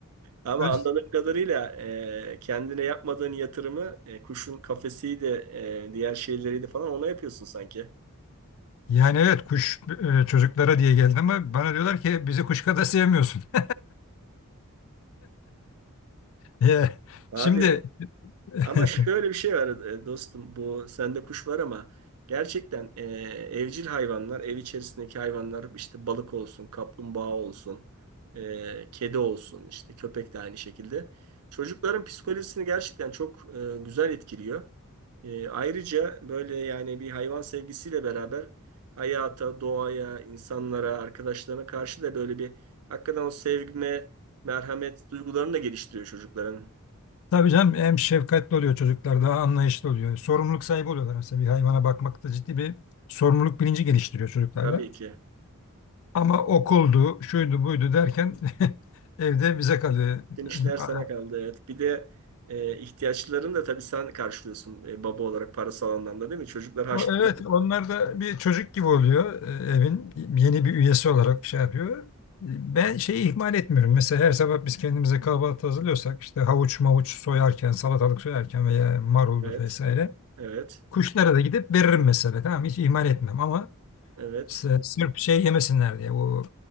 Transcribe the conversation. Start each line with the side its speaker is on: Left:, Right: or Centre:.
Right: Ama
Left: Öz-
Right: anladığım kadarıyla e, kendine yapmadığın yatırımı e, kuşun kafesiydi, e, diğer şeyleriydi falan ona yapıyorsun sanki.
Left: Yani evet kuş e, çocuklara diye geldi ama bana diyorlar ki bizi kuş kadar sevmiyorsun. <laughs> Ya,
Right: Abi
Left: Şimdi <laughs>
Right: Ama şöyle bir şey var e, dostum. Bu sende kuş var ama gerçekten e, evcil hayvanlar, ev içerisindeki hayvanlar işte balık olsun, kaplumbağa olsun, e, kedi olsun, işte köpek de aynı şekilde. Çocukların psikolojisini gerçekten çok e, güzel etkiliyor. E, ayrıca böyle yani bir hayvan sevgisiyle beraber hayata, doğaya, insanlara, arkadaşlarına karşı da böyle bir hakikaten o sevgime, merhamet duygularını da geliştiriyor çocukların.
Left: Tabii canım hem şefkatli oluyor çocuklar daha anlayışlı oluyor. Sorumluluk sahibi oluyorlar mesela bir hayvana bakmakta ciddi bir sorumluluk bilinci geliştiriyor çocuklarda.
Right: Tabii ki.
Left: Ama okuldu, şuydu, buydu derken <laughs> evde bize kalıyor.
Right: Bütün işler sana
Left: Ama
Right: kaldı evet. Bir de e, ihtiyaçlarını da tabii sen karşılıyorsun e, baba olarak parasal anlamda değil mi? Çocuklar harçlığında.
Left: Evet onlar da bir çocuk gibi oluyor e, evin yeni bir üyesi olarak şey yapıyor. Ben şeyi ihmal etmiyorum. Mesela her sabah biz kendimize kahvaltı hazırlıyorsak işte havuç mavuç soyarken, salatalık soyarken veya maruldu
Right: Evet,
Left: vesaire.
Right: evet,
Left: Kuşlara da gidip veririm mesela. Tamam hiç ihmal etmem ama
Right: evet.
Left: S- Sırf şey yemesinler diye o